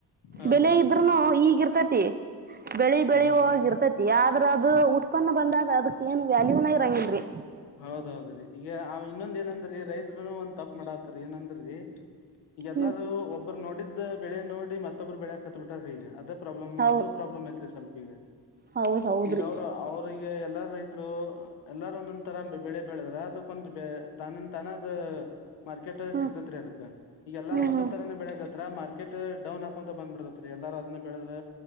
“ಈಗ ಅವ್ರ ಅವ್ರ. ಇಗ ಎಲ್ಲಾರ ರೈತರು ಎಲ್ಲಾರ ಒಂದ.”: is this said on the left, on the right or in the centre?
Left